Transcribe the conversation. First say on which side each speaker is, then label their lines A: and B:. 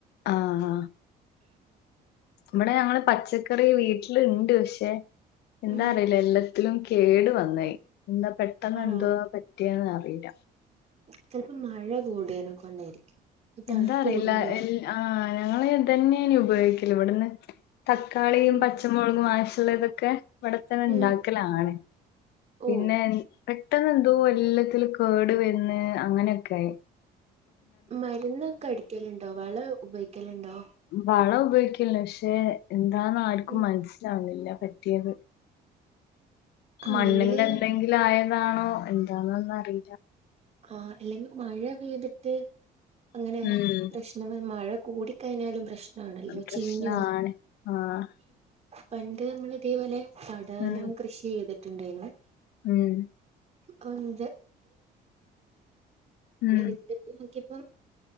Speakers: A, on the left (about 75°); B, on the right (about 40°).
A: ആഹ ഇവിടെ ഞങ്ങള് പച്ചക്കറി വീട്ടിലുണ്ട് പക്ഷെ എന്താ
B: ഉം
A: അറിയില്ല എല്ലാത്തിലും കേടു വന്നായി എന്താ പെട്ടെന്ന്
B: ആണോ
A: എന്തോവാ പറ്റിയന്ന് അറിയില്ല
B: ചെലപ്പോ മഴ കൂടെയിന കൊണ്ടായിരിക്കും ഈ തണുപ്പ്
A: എന്താ അറിയില്ല
B: കൂടുമ്പളേ
A: എ ആഹ ഞങ്ങള് തന്നെയനി ഉപയോഗിക്കല ഇവിടുന്ന് തക്കാളിയും
B: ഉം
A: പച്ചമുളകും ആവശമുള്ള ഇതൊക്കെ ഇവിടെത്തന്നെ ഉണ്ടാക്കലാണ്
B: ഉം ഓ
A: പിന്നെ പെട്ടെന്ന് എന്തോ എല്ലാത്തില് കേട് വന്ന് അങ്ങനെയൊക്കൊ
B: മരുന്ന് ഒക്കെ അടിക്കലുണ്ടോ വളം ഉപയോഗിക്കലുണ്ടോ
A: വളം ഉപയോഗിക്കില്ല പക്ഷെ എന്താന്ന ആർക്കും
B: ഉം
A: മനസ്സിലാവുന്നില്ല പറ്റിയത്
B: ഒന്നെങ്കില്
A: മണ്ണിന്റെ എന്തെങ്കിലും ആയതാണോ എന്താണോന്ന അറിയില്ല
B: ആഹ അല്ലെങ്കിൽ മഴ പെയ്തിട്ട് അങ്ങനെ
A: ഉം
B: പ്രശ് നമ്മ മഴ കൂടി കഴിഞ്ഞാലും പ്രശ്നമാണല്ലോ
A: അത് പ്രശ്നാണ്
B: ചീഞ്ഞോ
A: ആഹ്
B: പണ്ട് നമ്മൾ ഇതേപോലെ പടവലം
A: ഉം
B: കൃഷി ചെയ്തിട്ടുണ്ടായിരുന്നു
A: ഉം
B: താണ് പിന്നെ
A: ഉം
B: വിത്തിട്ട് നോക്കിയപ്പോ